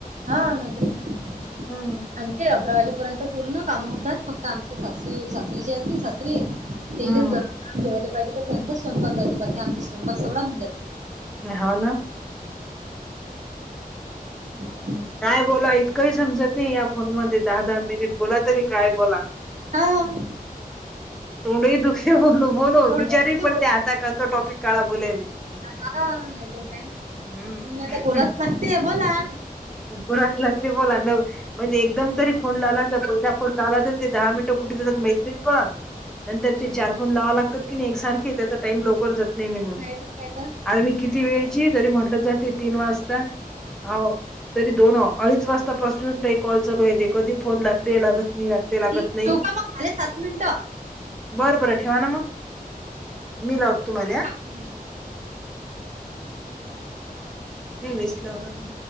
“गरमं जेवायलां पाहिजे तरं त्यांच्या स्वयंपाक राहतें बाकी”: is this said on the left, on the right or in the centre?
Right